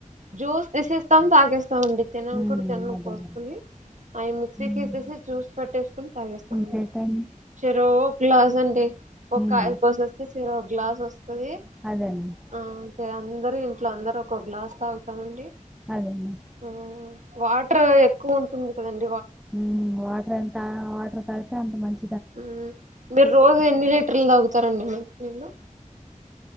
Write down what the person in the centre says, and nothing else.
ఉమ్,
అదేనండి
ఉమ్,
ఇంకేంటండి
ఉమ్,
అదేనండి
అదేనండి
ఉమ్మ్ వాటర్ ఎంత వాటర్ తాగితే అంత <inaudible>